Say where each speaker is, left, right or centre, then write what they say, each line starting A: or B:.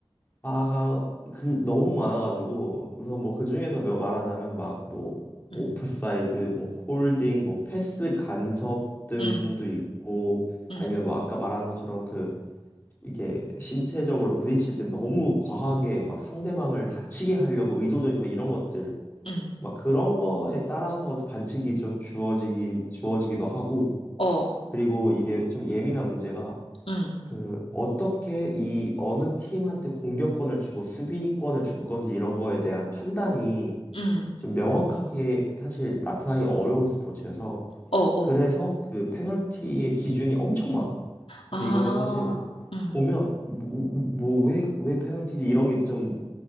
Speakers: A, on the left; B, on the left.
A: 아, 그 너무 많아가지고, 우선 뭐 그 중에서 몇- 말하자면 막 뭐, 오프사이드,
B: 응,
A: 뭐 홀딩, 뭐 패스 간섭 등도
B: 응,
A: 있고,
B: 응,
A: 아니면 뭐 아까 말한 것처럼 그 이게 신체적으로 부딪힐 때 너무 과하게 막 상대방을 다치게 하려고 의도적인 막 이런 것들
B: 응,
A: 막 그런 거에 따라서 반칙이 좀 주어지기 주어지기도 하고
B: 어,
A: 그리고 이게 좀 예민한 문제가
B: 응,
A: 그 어떻게 이 어느 팀한테 공격권을 주고 수비권을 줄 건지 이런 거에 대한 판단이
B: 응,
A: 좀 명확하게 사실 나타나기 어려운 스포츠여서
B: 어,
A: 그래서
B: 어.
A: 그 페널티의 기준이 엄청 많아. 그래서
B: 아,
A: 이거는 사실
B: 음,
A: 보면 뭐 뭐, 왜 왜 페널티지 이런 게 좀